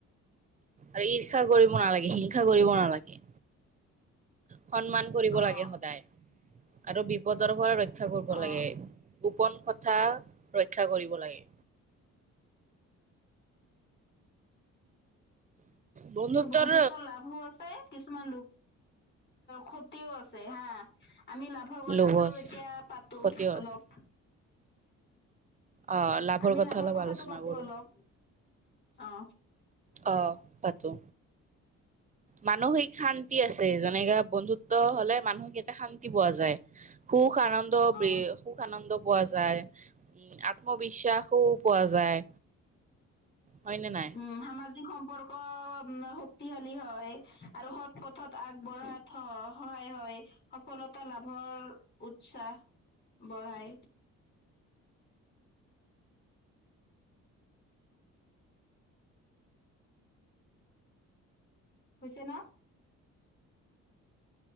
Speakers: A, on the right (about 25°); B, on the left (about 35°).
A: আৰু ঈৰ্ষা কৰিব নালাগে, হিংসা কৰিব নালাগে। সন্মান কৰিব
B: অ
A: লাগে সদায় আৰু বিপদৰ পৰা ৰক্ষা কৰিব
B: অ
A: লাগে। গোপন কথা ৰক্ষ্যা কৰিব লাগে। বন্ধুত্বৰ
B: বন্ধুত্ব লাভো আছে কিছুমান লোক ক্ষতিও আছে হা। আমি লাভৰ কথাটো
A: লোভো আছে,
B: এতিয়া পাতো
A: ক্ষতিও
B: অলপ।
A: আছে। অ'
B: আমি
A: কথা
B: লাভৰ
A: অলপ
B: কথাটো
A: আলোচনা
B: পাপো
A: কৰো,
B: অলপ অ।
A: অ পাতো। মানসিক শান্তি আছে যেনেকা বন্ধুত্ব হলে মানুহ কেইটা শান্তি পোৱা যায়। সুখ আনন্দ
B: অ
A: ব্ৰে। সুখ আনন্দ পোৱা যায় উম আত্মবিশ্বাসো পোৱা যায়। হয়নে নাই।
B: উম সামাজিক সম্পৰ্ক শক্তিশালী হয় আৰু সৎ পথত আগবঢ়াত। স সহায় হয় সফলতা লাভৰ উৎসাহ বঢ়ায়। হৈছে ন।